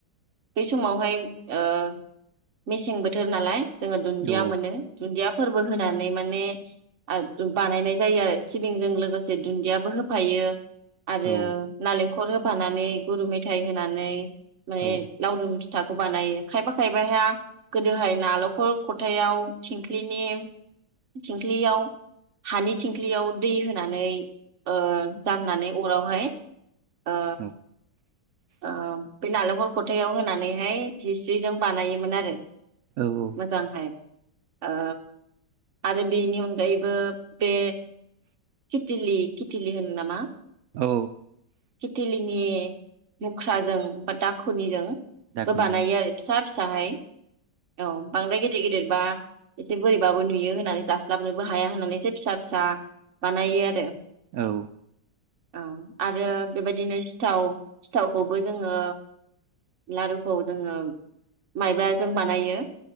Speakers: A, on the right; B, on the right.
A: बै समावहाय ओ मेसें बोथोर नालाय जोङो दुन्दिया
B: औ
A: मोनो दुन्दिया फोरबो होनानै माने आरो बानायनाय जायो आरो सिबिंजों लोगोसे दुन्दियाबो होफायो। आरो
B: औ
A: नालेंखल हखर होफानानै गुरु मेथाइ होनानै माने
B: औ
A: लावदुम फिथाखौ बानायो खायफा खायबाया गोदोहाय नालखर खथायाव थंख्लिनि थिंख्लियाव हानि थिंख्लियाव दै होनानै ओ नानै अरावहाय ओ
B: औ
A: ओम बे नारेंखल खथायाव होनानैहाय हिस्रिजों बानायोमोन आरो
B: औ
A: मोजांहाय ओ आरो बेनि अन गायैबो बे खिथिलि खिथिलि होनो नामा?
B: औ
A: खिथिलिनि मुख्राजों बा दाखनिजों
B: दाखोनिजों
A: बो बानायो आरो फिसा फिसाहाय औ बांद्राय गिदिर गिद दिरबा एसे बोरैबाबो नुयो होननानै जास्लाबनोबो हाया होननानै एसे फिसा फिसा बानायो आरो।
B: औ।
A: औ आरो बेबायदिनो सिथाव सिथावखौबो जोङो लारुखौ जोङो माइब्राजों बानायो।